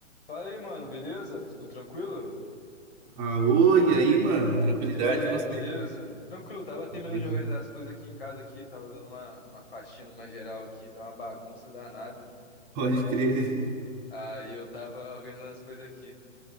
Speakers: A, on the left; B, on the right.
A: Fala aí, mano, beleza? Tudo tranquilo?
B: Ah, oi, e aí, mano? Tranquilidade,
A: E aí,
B: e você?
A: beleza? Tranquilo, tava terminando
B: Beleza?
A: de organizar as coisas aqui em casa aqui, tava dando uma, uma faxina, uma geral aqui, tá uma bagunça danada.
B: Pode crer.
A: Aí eu tava organizando as coisas aqui.